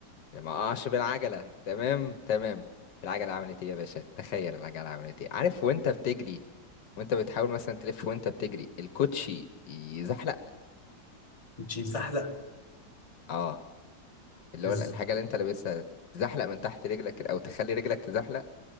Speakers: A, on the left (about 70°); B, on the left (about 20°).
A: ما اقعش بالعجله تمام تمام العجله عملت ايه يا باشا تخيل العجله عملت ايه عارف وانت بتجري وانت بتحاول مثلا تلف وانت بتجري الكوتشي يزحلق
B: <laughs> مش زحلق
A: اه اللي هو
B: إز-
A: الحاجه اللي انت لابسها تزحلق من تحت رجلك كده او تخلي رجلك تزحلق